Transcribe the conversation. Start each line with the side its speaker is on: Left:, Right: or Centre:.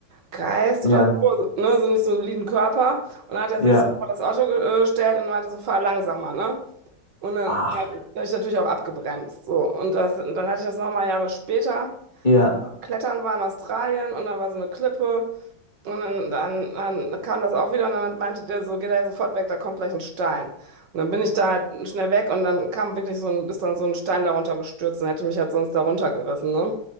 Right: Geist
Left: ja,
Right: oder so, ne, so nicht so einen soliden Körper. Und dann hat er sich
Left: ja,
Right: so vor das Auto gestellt und meinte so, fahr langsamer, ne? Und dann
Left: ach,
Right: habe ich, hab ich natürlich auch abgebremst. So. Und, das, und dann hatte ich das nochmal Jahre später.
Left: ja,
Right: Das Klettern war in Australien und da war so eine Klippe. Und dann, dann, dann kam das auch wieder und dann meinte der so, geh da jetzt sofort weg, da kommt gleich ein Stein. Und dann bin ich da halt schnell weg und dann kam wirklich so ein, ist dann so ein Stein darunter gestürzt und hätte mich halt sonst darunter gerissen, ne?